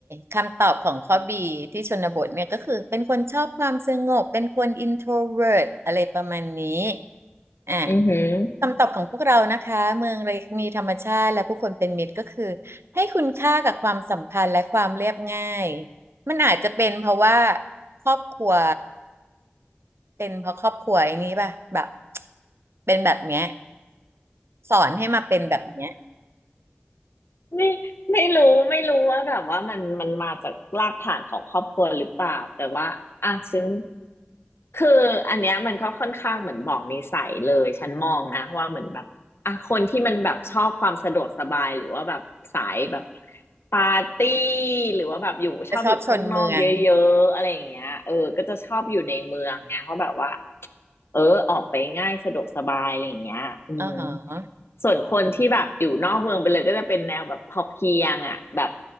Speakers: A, on the right; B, on the left.
A: คำตอบของข้อบีที่ชนบทเนี่ยก็คือเป็นคนชอบความสงบเป็นคน introvert อะไรประมาณนี้อ่ะ
B: อือหือ
A: คำตอบของพวกเรานะคะเมืองเล็กมีธรรมชาติและผู้คนเป็นมิตรก็คือให้คุณค่ากับความสัมพันธ์และความเรียบง่ายมันอาจจะเป็นเพราะว่าครอบครัวเป็นเพราะครอบครัวไอ้นี้ป่ะแบบเป็นแบบเนี้ยสอนให้มาเป็นแบบเนี้ย
B: ไม่ไม่รู้ไม่รู้ว่าแบบว่ามันมันมาจากรากฐานของครอบครัวหรือเปล่าแต่ว่าอ่ะฉันคืออันเนี้ยมันก็ค่อนข้างเหมือนบอกนิสัยเลยฉันมองนะว่าเหมือนแบบอ่ะคนที่มันแบบชอบความสะดวกสบายหรือว่าแบบสายแบบปาร์ตี้หรือว่าแบบอยู่ชอบอยู่ข้างนอกเยอะๆอะไรอย่างเงี้ยเออก็จะชอบอยู่ในเมืองไงเพราะแบบว่า
A: จะชอบชนเมือง
B: เออออกไปง่ายสะดวกสบายอะไรอย่างเงี้ยอืม
A: อ๋อฮะ
B: ส่วนคนที่แบบอยู่นอกเมืองไปเลยก็จะเป็นแนวแบบพอเพียงอ่ะแบบ